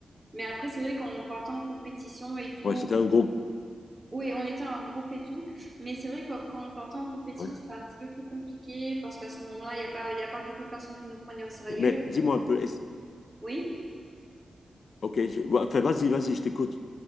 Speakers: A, on the right; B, on the left.
A: mais après c'est vrai quand on partait en compétition et tout
B: Ouais, c'était un groupe.
A: oui on était un groupe et tout mais c'est vrai que quand on partait en compétition
B: Ouais.
A: c'était un petit peu plus compliqué parce qu'à ce moment-là il y a pas il y a pas beaucoup de personnes qui nous prenaient au sérieux
B: Mais dis-moi un peu, est-ce-
A: oui
B: ok, je- ouais, enfin, vas-y, vas-y, je t'écoute.